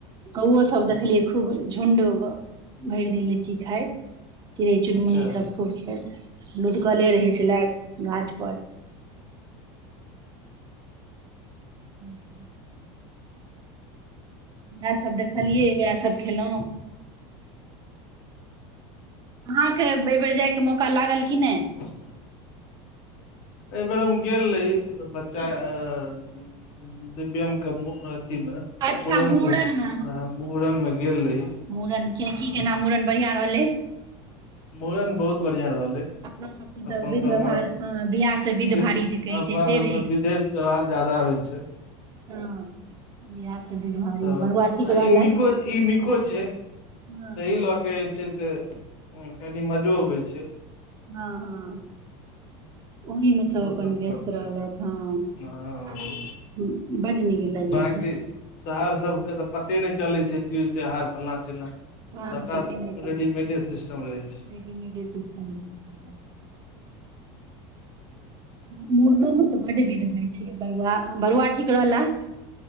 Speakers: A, on the right (about 25°); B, on the left (about 60°).
A: कौओ सब
B: अच्छा
A: देखले खूब झुण्ड भरि दिन लीची खाइत चिड़ैय चुनमुनी
B: अच्छा
A: सब खूब खेल लूधकले रहै छलाय गाछ पर। हूँ इएह सब देखलियै इएह सभ खेलौं। अहाँके एहि बेर बेर जायके मौका लागल की नैय।
B: <inaudible> अय बेेर हम गेल रही बच्चा अ उम्म दिव्यम के मु अथी में
A: अच्छा
B: मुूड़न
A: मूड़नमे
B: संस वहे मूड़न में गेल रही।
A: मुड़न के की केना मुड़न बढ़ियाँ रहलैय?
B: मूड़न बहुत बढ़ियाँ रहलैय।
A: अपना सबके तऽ
B: अपन
A: विध
B: सबमें
A: व्यवहार हँ बियाह से
B: विध
A: भारी जे कहै
B: अपना
A: छै से
B: सबमें
A: रहै
B: बिधे व्यवहार ज्यादा होय छैय।
A: हँ। बियाह से विध भारी
B: तऽ
A: बरुआ ठीक
B: आ
A: रहलै
B: ई नीको ई नीको छैय
A: हँ
B: तहि लऽ कहै छैय से उम्म कनी मजो अबैय छैय।
A: हँ हँ। ओही में सब
B: सेहो
A: अपन व्यस्त
B: गप
A: रहलथि
B: छै
A: हँ।
B: हँ
A: हम्म बड नीक लगैय
B: बाँकी
A: छैय।
B: शहर सब के तऽ पते नहि चलैय छैय तीज त्यौहार फलना चिलना।
A: हँ
B: सबटा
A: पते नहि चलै
B: रेडीमेेडे
A: छै
B: सिस्टम रहैय छै।
A: <unintelligible> मुड़नो में तऽ बड विध होय छैय, बरुआ बरुआ ठीक रहला।